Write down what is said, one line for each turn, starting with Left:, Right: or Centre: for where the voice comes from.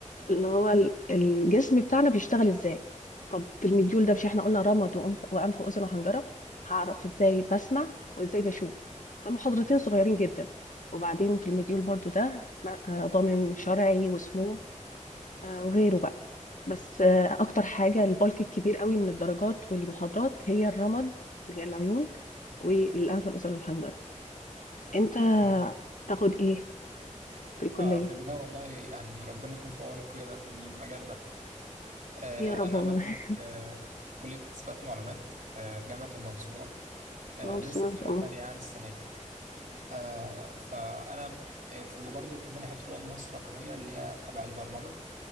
Left: اللي هو ال- الجسم بتاعنا بيشتغل ازاي طب في المديول ده مش احنا قلنا رمد وأنف وأنف وأذن وحنجرة هعرف ازاي بسمع وازاي بشوف المحاضرتين صغيرين جدا وبعدين في المديول برضو ده م- آه، ضامن شرعي وسموم آه، وغيره بقى بس آه، اكتر حاجة البلك الكبير قوي من الدرجات والمحاضرات هي الرمد اللي هي العيون والأنف والأذن والحنجرة انت
Right: مم.
Left: تاخد ايه في الكلية
Right: اه في البداية والله يعني ربنا يكون في عونك كده في المجال ده آه،
Left: يا رب
Right: أنا
Left: والله
Right: بدرس آه، في كلية حاسبات معلومات آه، جامعة المنصورة آه،
Left: ما بس
Right: لسه
Left: ان
Right: فرقة
Left: شاء الله
Right: تانية يعني السنة دي آه، فأنا ب- في وبرضه في منحة رواد مصر الرقمية اللي هي تبع البرمجة